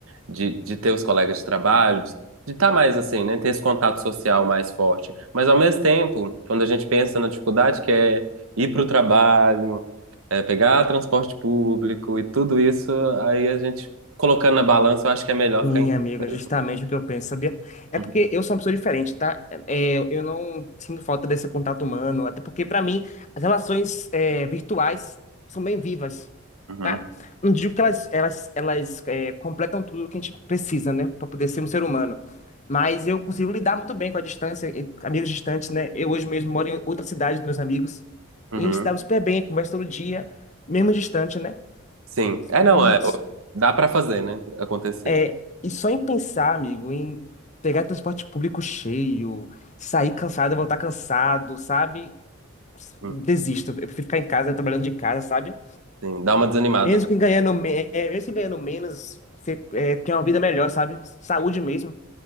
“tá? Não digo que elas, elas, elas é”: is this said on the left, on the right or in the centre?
Left